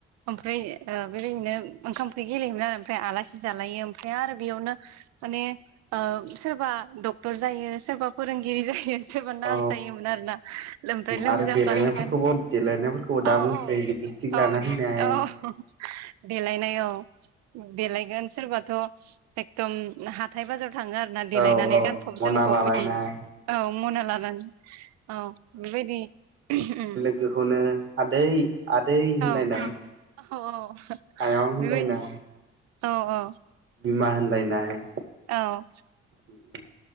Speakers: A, on the right (about 55°); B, on the right (about 40°).
A: ओमफ्राय ओ बेबायदिनो ओंखाम ओंख्रि गेलेयोमोन आरो ओमफ्राय आलासि जालायो ओमफ्राय आरो बेयावनो माने ओ सोरबा डक्टर जायो सोरबा फोरोंगिरि जायो सोरबा नार्स
B: औ
A: जायोमोन आरोना ओमफ्राय लोमजाफ्लासिगोन।
B: आरो देलायनायफोरखौबो देलायनायफोरखौबो दा
A: औ
B: बुंसै
A: औ।
B: लिपस्टिक लाना
A: औ
B: फैनाय
A: औ देलायनाय औ। देलायगोन सोरबाथ' एकदम हाथाय बाजाराव थाङो फानना देलायनानै
B: औ औ
A: गानफब
B: मना
A: जोमफब
B: लालायनाय
A: बिदि औ मना लानानै। औ बेबायदि उम।
B: बेखौनो आदै आदै होनलायनाय
A: औ औ औ
B: आयं होनलायनाय
A: बेबाय औ औ।
B: बिमा होनलायनाय
A: औ।
B: उ उम।